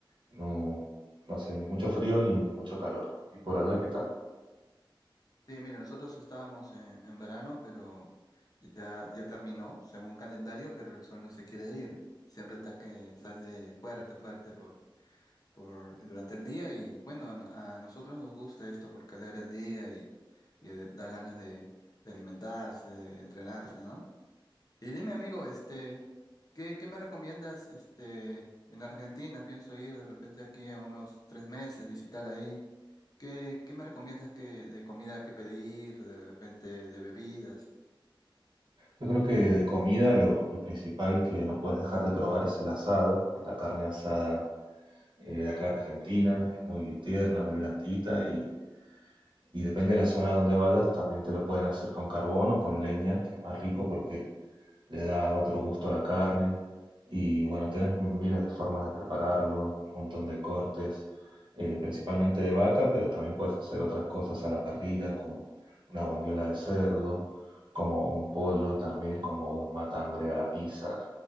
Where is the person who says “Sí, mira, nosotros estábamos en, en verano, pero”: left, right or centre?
Left